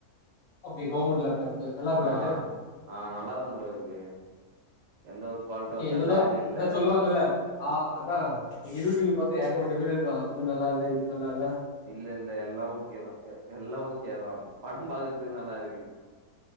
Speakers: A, on the left; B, on the right.
A: ஓகே கவ்ர்ருமெண்ட் லேப்டாப் நல்லா இருக்கா
B: ஆ
A: அது
B: ஆ நல்லாதா ப்ரோ இருக்கு எந்த ஒரு ஃபால்ட்டு
A: ஓகே
B: இல்ல
A: ஏதேதோ
B: லேக் இல்ல
A: ஏதோ சொல்வாங்கல்ல ஆ அதா யூடியூப்ல பாத்து ஏகப்பட்ட வீடியோ இருக்கு அது நல்லால்ல இது நல்லால்ல
B: இல்லெல்ல எல்லா ஓகே தா எல்லா ஓகே தா படம் பாக்கற்துக்கு நல்லா இருக்கு